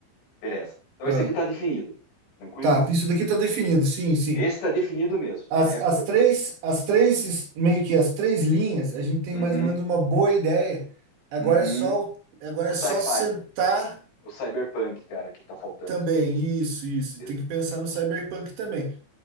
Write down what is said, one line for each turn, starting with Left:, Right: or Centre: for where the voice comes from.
Left: beleza? Então
Right: ah.
Left: esse aqui está definido, tranquilo?
Right: Tá, isso daqui tá definido, sim, sim.
Left: Esse está definido mesmo, tá?
Right: As,
Left: É,
Right: as
Left: é-
Right: três,
Left: é,
Right: as três, es- meio que as três linhas, a gente tem
Left: uhum,
Right: mais ou menos uma boa ideia. Agora
Left: uhum.
Right: é só, o- agora
Left: O
Right: é
Left: sci-fi,
Right: só sentar
Left: o cyberpunk, cara, que tá faltando.
Right: também, isso, isso.
Left: É,
Right: Tem que pensar no Cyberpunk também.